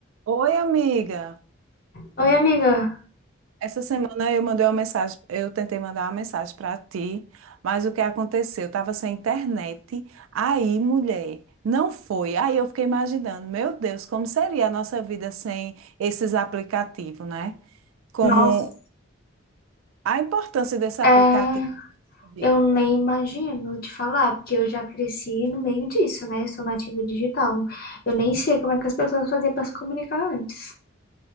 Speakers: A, on the right; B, on the left.
A: Oi, amiga.
B: Oi, amiga.
A: Essa semana eu mandei uma mensagem, eu tentei mandar uma mensagem para ti, mas o que aconteceu? Eu estava sem internet. Aí, mulher, não foi. Aí eu fiquei imaginando, meu Deus, como seria a nossa vida sem esses aplicativos, né? Como
B: Nossa,
A: a importância desse aplicativo
B: é,
A: na nossa vida.
B: eu nem imagino te falar, porque eu já cresci no meio disso, né? Eu sou nativa digital. Eu nem sei como é que as pessoas faziam para se comunicar antes.